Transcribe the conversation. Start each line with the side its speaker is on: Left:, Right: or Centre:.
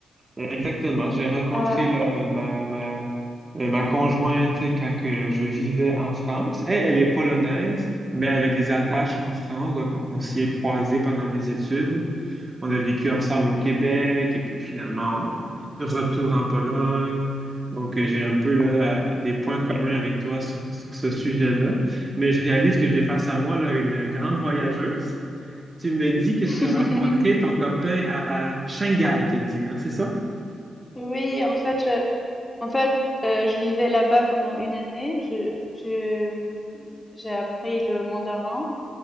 Right: Euh, Exactement. J'ai rencontré
Left: Ah.
Right: le- ma, ma, euh, ma conjointe quand que je vivais en France. Elle, elle est polonaise, mais elle a des attaches en France. Donc, on on s'y est croisés pendant mes études. On a vécu ensemble
Left: Mhm.
Right: au Québec et puis finalement, on, a- on est de retour en Pologne. Donc, euh, j'ai un peu là, euh, des points communs avec toi sur, sur ce sujet-là. Mais je réalise que j'ai face à moi là, une grande voyageuse. Tu me dis que
Left: <laughs>
Right: tu as rencontré ton copain à, à Shanghai, tu dis, hein, c'est ça?
Left: Oui, en fait, je, en fait, euh, je vivais là-bas pendant une année. Je, je, j'ai appris le mandarin